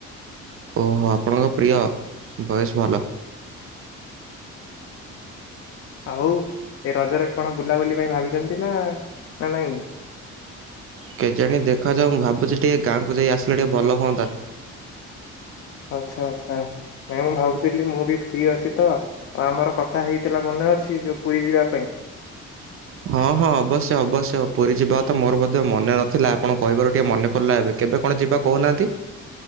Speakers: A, on the right; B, on the left.
A: ଓହୋ, ଆପଣଙ୍କ ପ୍ରିୟ। ବେଶ୍ ଭଲ।
B: ଆଉ, ଏ ରଜରେ କଣ ବୁଲାବୁଲି ପାଇଁ ଭାବିଛନ୍ତି ନା, ନା ନାଇଁ?
A: କେଜାଣି ଦେଖା ଯାଉ। ମୁଁ ଭାବୁଛି ଟିକେ ଗାଁ କୁ ଯାଇକି ଆସିଲେ ଟିକେ ଭଲ ହୁଅନ୍ତା।
B: ଆଛା ଆଛା। ନାଇଁ ମୁଁ ଭାବୁଥିଲି, ମୁଁ ବି ଫ୍ରି ଅଛି ତ ଆଉ ଆମର କଥା ହେଇଥିଲା, ମନେ ଅଛି, ଯୋଉ ପୁରୀ ଯିବା ପାଇଁ?
A: ହଁ ହଁ, ଅବଶ୍ୟ ଅବଶ୍ୟ, ପୁରୀ ଯିବା କଥା ମୋର ମଧ୍ୟ ମନେ ନଥିଲା। ଆପଣ କହିବାରୁ ଟିକେ ମନେ ପଡିଲା ଏବେ। କେବେ କଣ ଯିବା କହୁ ନାହାନ୍ତି?